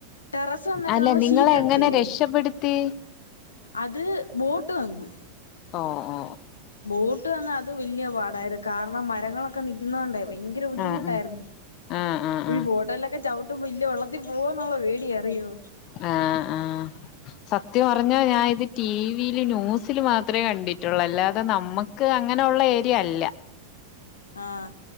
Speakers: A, on the left (about 75°); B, on the left (about 40°).
A: ടെറസ് വന്നിട്ട്
B: അല്ല
A: നമ്മ
B: നിങ്ങളെ
A: ഷീറ്റ് എടുത്തില്ലേ
B: എങ്ങനെ രക്ഷപ്പെടുത്തി
A: അത് ബോട്ട് വന്ന്
B: ഓഹ്
A: ബോട്ട് വ ന്നാൽ അത് വലിയ പാടായിരുന്നു കാരണം മരങ്ങളൊക്കെ നിക്കുന്നോണ്ടേ.. ഭയങ്കര ബുദ്ധിമുട്ടായിരുന്നു
B: ആഹ് ആഹ് ആഹ് ആഹ്
A: ബോട്ടൊലക്കെ ഒട്ടും ഇല്ല വെള്ളത്തിൽ പോകന്നുള്ളോ പേടിയ അറിയോ
B: ആഹ ആഹ സത്യം പറഞ്ഞാ ഞാൻ ഇതി ടി വിൽ ന്യൂസില് മാത്രമേ കണ്ടിട്ടുള്ളൂ അല്ലാതെ നമ്മുക്ക് അങ്ങനെയുള്ള ഏരിയ അല്ല
A: ആഹ്